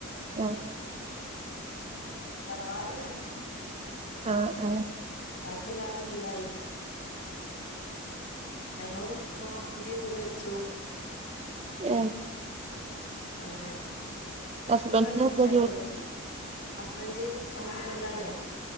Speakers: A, on the right; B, on the left.
A: ആഹ്
B: തറവാട് ഞാൻ
A: ആഹ് ആഹ്
B: ബാക്കി എല്ലാരും വീടായി ഞങ്ങളും പുതിയ വീട് വെച്ചു
A: ഏ
B: അങ്ങനെ
A: ഹസ്ബൻഡിന്
B: ഇപ്പം രണ്ട് വർഷായിട്ടോള്ളൂ
A: എന്താ ജോലി
B: ഹസ്ബൻ് ചുമട്ടു തൊഴിലാളിയാ